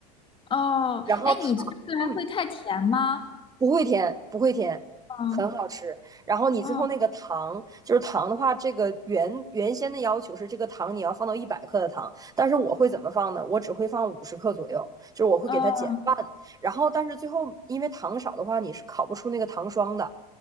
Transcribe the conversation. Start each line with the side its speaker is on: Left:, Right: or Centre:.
Left: 哦，
Right: 然后糖，
Left: 哎，你做出来会太甜吗？
Right: 嗯，不会甜，不会甜，
Left: 嗯
Right: 很好吃。然后你最后那个糖，
Left: 嗯
Right: 就是糖的话，这个原原先的要求是这个糖你要放到一百克的糖，但是我会怎么放呢？我只会放五十克左右，就是我会给它减半。
Left: 哦
Right: 然后，但是最后因为糖少的话，你是烤不出那个糖霜的。